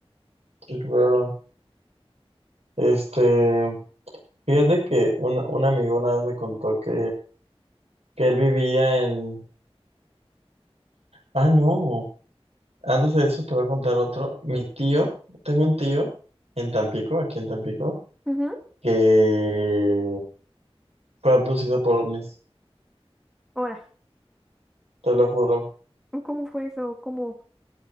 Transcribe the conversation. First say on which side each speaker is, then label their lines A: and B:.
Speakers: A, on the right; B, in the centre.
A: Sí, claro. Este... Fíjate que un un amigo una vez me contó que, que él vivía en... Ah, no. Antes de eso te voy a contar otro. Mi tío, tengo un tío en Tampico, aquí en Tampico,
B: Ujú.
A: que fue abducido por ovnis,
B: Ahora,
A: te lo juro.
B: ¿cómo fue eso? ¿Cómo?